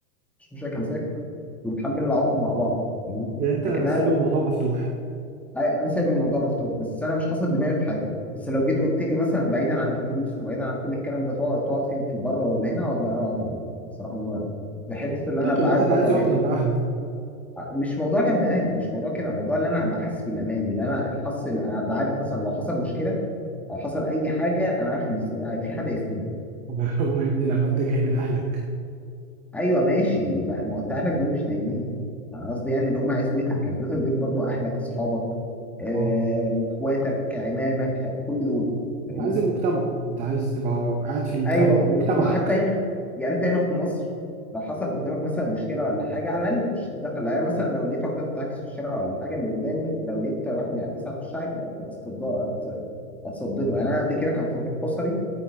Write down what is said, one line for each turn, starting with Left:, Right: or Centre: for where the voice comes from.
Centre: مش مشاكل اسافر ونتحمل العواقب مع بعض يعني
Right: يعني انت
Centre: لكن
Right: سايب
Centre: انا
Right: الموضوع مفتوح
Centre: أي- انا سايب الموضوع مفتوح بس انا مش حاصل دماغي في حاجه بس لو جيت قلت لي مثلا بعيدا عن الفلوس وبعيدا عن كل الكلام ده تقعد تقعد فين في بره ولا هنا اقعد لا اقعد هنا الصراحه ما- بحته
Right: منطقي
Centre: اللي انا أبقى
Right: الواحد
Centre: قاعد بره
Right: عايز
Centre: بعيد
Right: يقعد جنب
Centre: عن
Right: اهله
Centre: مش موضوع جنب اهلي مش موضوع كده موضوع اللي انا أبقى حاسس بالامان اللي انا حاسس أبقى عارف مثلا لو حصل مشكله او حصل اي حاجه انا عارف ان في في حد هيسندني
Right: <laughs> هو يا ابني الأمان ده جاي من أهلك
Centre: ايوه ماشي بقى ما هو انت اهلك دول مش دايمين انا قصدي يعني اللي هم عزوتك عزوتك دول برضو اهلك اصحابك آه،
Right: اه
Centre: اخواتك عمامك كل دول فاهمني
Right: أنت عايز المجتمع أنت عايز تبقى قاعد في المجتمع
Centre: ايوه في
Right: مجتمعك
Centre: المجتمع حتى هنا يعني انت هنا في مصر لو حصل قدامك مثلا مشكله ولا حاجه على الاقل تخش تتدخل يعني مثلا لو لقيت واحده بتعكس في الشارع ولا حاجه اللي قدامي لو لقيت واحد بيعكسها هخش عادي اتصدمه اتصدمه يعني انا قبل كده كان في حصري